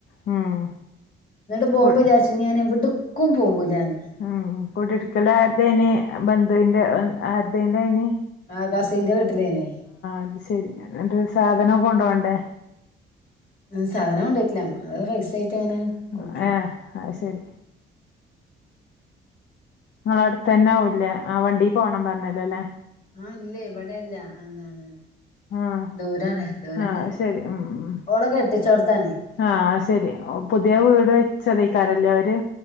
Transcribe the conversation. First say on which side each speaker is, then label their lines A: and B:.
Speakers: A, on the left; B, on the left.
A: ഉം.
B: ഇന്നട്ട് പോവുമ്പോ
A: കു
B: വിചാര്ച്ചും ഇഞ്ഞ് ഞാൻ എവിട്ക്കും പോവൂല്ലാന്ന്.
A: ഉം കുടിരിക്കല് ആരെതേനി? ബന്ധുവിന്റെ ആരതേന്റെനി?
B: ആഹ് കസിന്റെ വീട്ടിലേനി.
A: അത് ശരി. എന്നിട്ട് സാധനൊക്കെ കൊണ്ടോവണ്ടേ?
B: ഉം. സാധനം കൊണ്ടെയ്ട്ടില്ല നമ്മള് പൈസായിട്ട് ഇങ്ങനെ. കൊടുക്കെ
A: ആഹ് ഏഹ്. അഹ് ശെരി. ഇങ്ങളെ അടുത്തന്നെ ആവുംല്ലേ ആഹ് വണ്ടി പോണം പറഞ്ഞല്ലോ ല്ലെ.
B: ആഹ് ഇല്ലേ ഇവടെല്ല. എന്താണ്
A: ആഹ്
B: ദൂരാണ് ദൂരണ്ട്
A: ആഹ് ശരി ഉം ഉം
B: ഓളെ കെട്ടിച്ചോടത്താണ്
A: ആഹ് അഹ് ശെരി പുതിയ വീട് വെച്ചതയിക്കാരല്ലേ അവര്